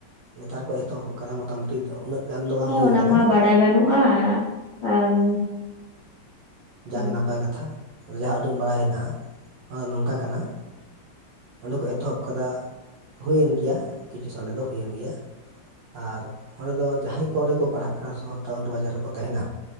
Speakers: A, on the right; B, on the left.
A: ᱱᱮᱛᱟᱨ ᱠᱚ ᱮᱛᱚᱦᱚᱵ ᱠᱟᱫᱟ ᱢᱚᱴᱟᱢᱩᱴᱤ ᱩᱱᱟᱹᱜ ᱜᱟᱱ ᱫᱚ ᱵᱟᱝ
B: ᱦᱮᱸ
A: ᱦᱩᱭ
B: ᱚᱱᱟᱢᱟ
A: ᱟᱠᱟᱱᱟ
B: ᱵᱟᱰᱟᱭ ᱵᱟᱹᱱᱩᱜᱼᱟ, ᱟᱢ
A: ᱡᱟᱜᱮ
B: ᱦᱮᱸ
A: ᱱᱟᱯᱟᱭ ᱠᱟᱛᱷᱟ᱾ ᱫᱚ ᱡᱟᱦᱟᱸ ᱩᱰᱩᱝ ᱵᱟᱲᱟᱭ ᱦᱮᱱᱟ-ᱟ, ᱚᱸ ᱱᱚᱝᱠᱟ ᱠᱟᱱᱟ ᱚᱸᱰᱮ ᱠᱚ ᱮᱛᱚᱦᱚᱵ ᱠᱟᱫᱟ ᱦᱩᱭᱮᱱ ᱜᱮᱭᱟ ᱠᱤᱪᱷᱩ ᱥᱟᱞᱮ ᱫᱚ ᱦᱩᱭᱮᱱ ᱜᱮᱭᱟ ᱟᱨ ᱚᱸᱰᱮ ᱫᱚ ᱡᱟᱦᱟᱸᱭ ᱚᱸᱰᱮ ᱠᱚ ᱯᱟᱲᱦᱟᱜ ᱠᱟᱱᱟ ᱥᱚᱦᱚᱨ ᱴᱟᱣᱩᱱ ᱵᱟᱡᱟᱨ ᱨᱮᱠᱚ ᱛᱟᱦᱮᱱᱟ